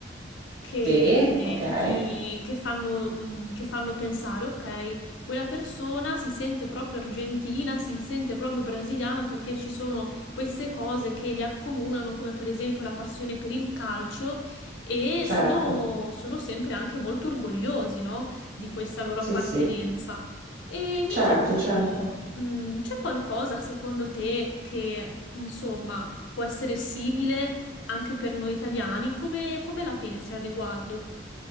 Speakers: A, on the left; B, on the right.
A: che,
B: sì, ok,
A: che ti, che fanno, mh, che fanno pensare, ok, quella persona si sente proprio argentina, si sente proprio brasiliana perché ci sono queste cose che le accomunano, come per esempio la passione per il calcio, e
B: certo.
A: sono, sono sempre anche molto orgogliosi, no, di questa loro
B: Sì,
A: appartenenza.
B: sì,
A: E mi
B: certo,
A: chiedevo,
B: certo.
A: mh, c'è qualcosa secondo te che, insomma, può essere simile? anche per noi italiani, come, come la pensi al riguardo?